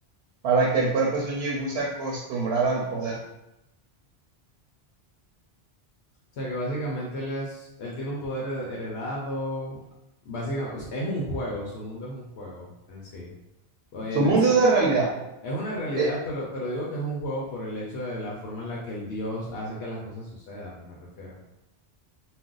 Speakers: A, on the right; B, on the left.
A: para que el cuerpo de Sun Jinwoo se acostumbrara al poder.
B: sea que básicamente él es, él tiene un poder hered- heredado, básicamente, es un juego, su mundo es un juego en sí. O En
A: Su mundo
B: el sen-
A: es la realidad.
B: es una realidad,
A: Eh,
B: pero, pero digo que es un juego por el hecho de la forma en la que el dios hace que las cosas sucedan, me refiero.